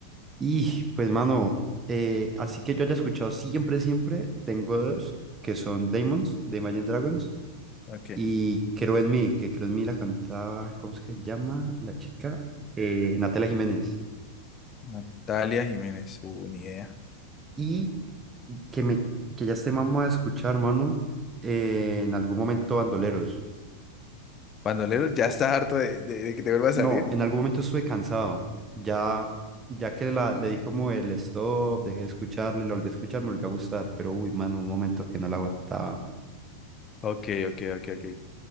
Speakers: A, on the right; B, on the left.
A: Y pues, mano, eh, así que yo haya escuchado siempre, siempre, tengo dos que son Daemons de Imagine Dragons
B: Ok.
A: y Creo en mí, que Creo en mí la cantaba, ¿cómo es que se llama la chica? Eh, Natalia Jiménez.
B: Natalia Jiménez, uh, ni idea.
A: Y que, me, que ya esté mamá a escuchar, mano, eh, en algún momento Bandoleros.
B: Bandoleros, ya está harto de, de de que te vuelva a salir.
A: No, en algún momento estuve cansado. Ya, ya que la, le di como el stop, dejé de escucharlo y lo volví a escuchar, me volvió a gustar, pero uy, mano, un momento que no la aguantaba.
B: Ok, ok, ok, ok.